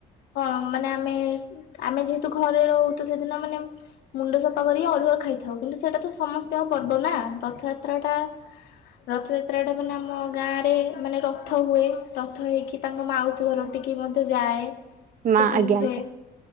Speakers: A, on the left; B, on the right.
A: କଣ ମାନେ ଆମେ ଆମେ ଯେହେତୁ ଘରେ ରହୁ ତ ସେଦିନ ମାନେ ମୁଣ୍ଡ ସଫା କରି ଅରୁଆ ଖାଇଥା ଥାଉ କିନ୍ତୁ ସେଇଟା ତ ସମସ୍ତଙ୍କ ପର୍ବ ନା ରଥଯାତ୍ରା ଟା ରଥଯାତ୍ରାଟା ମାନେ ଆମ ଗାଁ ରେ ମାନେ ରଥ ହୁଏ, ରଥ ହେଇକି ତାଙ୍କ ମାଉସୀ ଘର ଟିକେ ମଧ୍ୟ ଯାଏ
B: ମା
A: ସେଠି
B: ଆଜ୍ଞା
A: ରୁହେ
B: ଆଜ୍ଞା